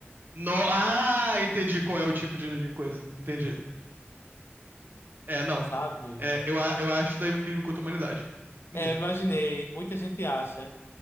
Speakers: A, on the right; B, on the left.
A: No... Ah, entendi qual é o tipo de, de coisa. Entendi. É, não.
B: sabe?
A: É, eu, a- eu acho isso daí é um crime contra a humanidade. <laughs>
B: É, eu imaginei, muita gente acha.